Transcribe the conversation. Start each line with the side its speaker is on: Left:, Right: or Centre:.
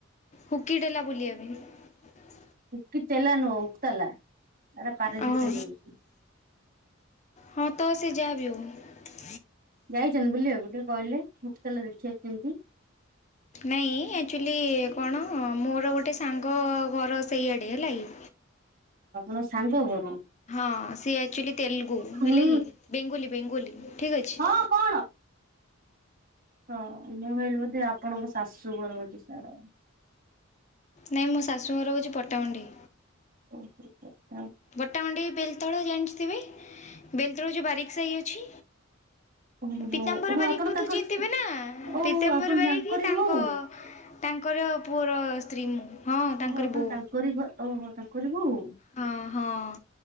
Left: ହୁକିଡେଲା ବୁଲିବା ପାଇଁ।
Right: କି ତେଲା ନୁଅ ଉକତାଲା ଏଟା ପାରାଦୀପ୍
Left: ଓହୋ
Right: ରେ ଯାଉଚି।
Left: ହଁ ତ ସେ ଯାହା ବି ହୋଉ।
Right: ଯାଇଚନ୍ତି ବୁଲିବାକୁ ଟିକେ କହିଲେ ହୁକତାଲା ଦେଖିବାକୁ କେମତି।
Left: ନାଇଁ ଏଚୁଲି କଣ ମୋର ଗୋଟେ ସାଙ୍ଗ ଘର ସେଇଆଡ଼େ ହେଲା କି
Right: ଣ ସାଙ୍ଗ ଘର?
Left: ହଁ ସିଏ ଆଚୁଲି ତେଲଗୁ
Right: ହୁଁ
Left: ହେଲା କି ବେଙ୍ଗୋଲୀ ବେଙ୍ଗୋଲୀ ଠିକ୍ ଅଛି।
Right: ହଁ କଣ? ହଁ ମୁଁ କହିଲି ବୋଧେ ଆପଣଙ୍କ ଶାଶୁ ଘର ବୋଧେ ସ୍ୟାଡ଼।
Left: ନାଇଁ ମୋ ଶାଶୁଘର ହୋଉଚି ପଟାମୁଣ୍ଡେଇ।
Right: ଓହୋ ପ
Left: ପଟ୍ଟାମଣ୍ଡାଇ ବେଲତଳ ଜାଣି ଥିବେ ବେଲତଳ ଯଉଁ ବାରିକସାହି ଅଛି।
Right: ଓହୋ
Left: ପୀତାମ୍ବର
Right: ଓହୋ
Left: ବାରିକଙ୍କୁ
Right: ଆପଣ ତାଙ୍କ
Left: ତୁ ଚିହ୍ନି ଥିବେ ନା
Right: ଓହୋ
Left: ପୀତାମ୍ବର
Right: ଆପଣ
Left: ବାରିକ
Right: ତାଙ୍କରି
Left: ତାଙ୍କ
Right: ବୋହୂ
Left: ତାଙ୍କର ପୁଅର ସ୍ତ୍ରୀ ମୁଁ। ହଁ ତାଙ୍କରି
Right: ଓହୋ ଆପଣ
Left: ବୋଉ
Right: ତାଙ୍କରି ଘ ଓହୋ ତାଙ୍କରି ବୋହୂ।
Left: ହଁ ହଁ